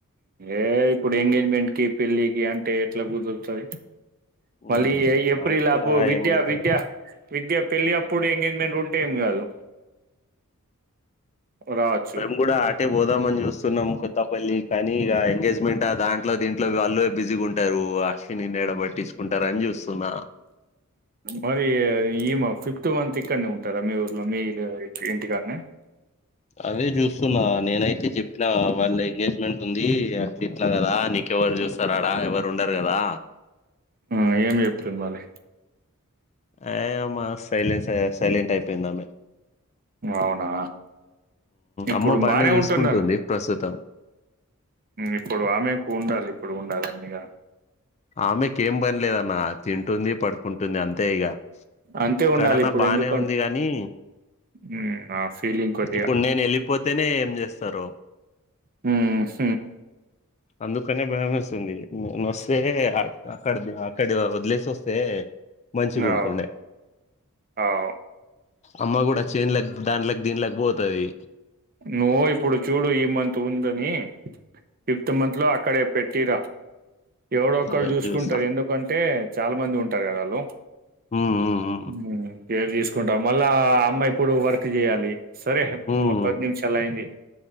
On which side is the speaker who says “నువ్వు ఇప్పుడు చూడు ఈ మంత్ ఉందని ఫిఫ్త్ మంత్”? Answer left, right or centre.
Right